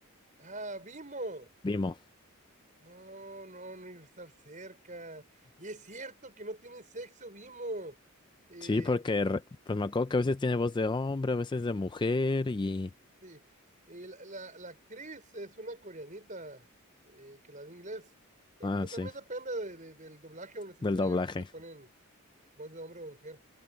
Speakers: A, on the right; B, on the left.
A: Ah, Vimo.
B: Vimo.
A: No, no, no iba a estar cerca. Y es cierto que no tienen sexo, Vimo. Eh,
B: Sí, porque re- pues me acuerdo que a veces tiene voz de hombre, a veces de mujer y...
A: sí, eh, la, la- la actriz es una coreanita eh, que la de inglés, pero
B: Ah,
A: pues
B: sí.
A: también depende de- de- del doblaje a uno se
B: Del
A: le dé.
B: doblaje.
A: A veces le ponen voz de hombre o mujer.